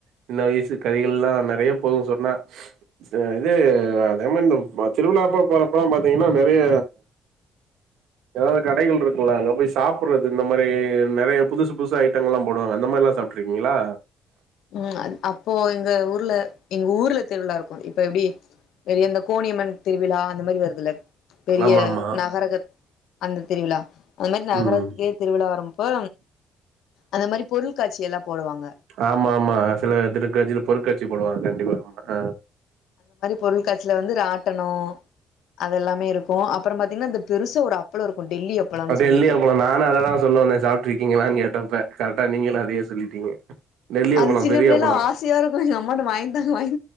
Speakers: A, on the right; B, on the left.
A: சின்ன வயசு கதைகள் எல்லா நெறைய போகு சொன்னா சில இது அதே மாரி இந்த திருவிழா அப்ப போறப்பல பாத்தீங்கன்னா நெறைய எதாவது கடைகள் இருக்குல்லா அங்க போய் சாப்பிடற இந்த மாரி நெறைய புதுசு புதுசா ஐட்டங்கள் எல்லா போடுவாங்க அந்த மாரி எல்லா சாப்பிட்டிருக்கீங்களா
B: ம் அ அப்போ எங்க ஊர்ல எங்க ஊர்ல திருவிழா இருக்கு இப்போ எப்பிடி பெரிய இந்த கோணியம்மன் திருவிழா அந்த மாரி வருதுல பெரிய
A: ஆமா ஆமா
B: நகரக அந்த திருவிழா அந்த மாரி நகரத்துக்கே
A: ம்
B: திருவிழா வரம்ப்போ அந்த மாதிரி பொருள்காட்சி எல்லா போடுவாங்க
A: ஆமா ஆமா சில திருக்காட்சியில பொருள்காட்சி போடுவாங்க கண்டிப்பா ஆ
B: பொருள்காட்ச்சில வந்து ராட்டணோ அதெல்லாமே இருக்கு அப்புற பாத்தீங்கன்னா இந்த பெருசு ஒரு அப் பளம் இருக்கு டெல்லி அப்பளோன்னு
A: அ டெல்லி
B: சொல்லிட்டு
A: அப்பளோ நானு அத தா சொல்ல வந்த சாப் பிட்டு இருக்கீங்களான்னு கேட்ட இப்ப கரெக்டா நீங்களு அதையே சொல்லிட்டீங்க டெல்லி
B: அது
A: அப்பளோ
B: சின்ன
A: பெரிய
B: பிள்ளைல
A: அப்பளோ
B: ஆசையா இருக்கு எங்க அம்மாட்ட வாங்கிதாங்க வாங்